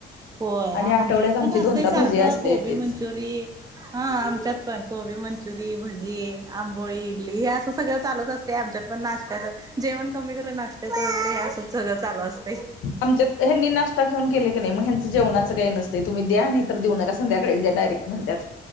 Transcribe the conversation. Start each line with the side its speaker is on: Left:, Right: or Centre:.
Right: होय
Left: आणि आठवड्यात
Right: आमच्यात
Left: आमची
Right: पण असते
Left: दोनदा
Right: सारखं
Left: भजी असते
Right: कोबी
Left: तेच
Right: मंचुरीयन हा आमच्यात पण कोबी. मंचरी. भजी आंबोळी इडली हे असं सगळं चालूच असते आमच्यात पण नाश्त्याच जेवण कमी करत नाश्ता. ते तर असं <unintelligible> असते
Left: आमच्यात हनी नाश्ता खाऊन केले क नाही मग. जेवणाच काही नसते तुम्ही द्या नाही तर देऊ नका संध्याकाळीच द्या डायरेक्ट म्हणतात.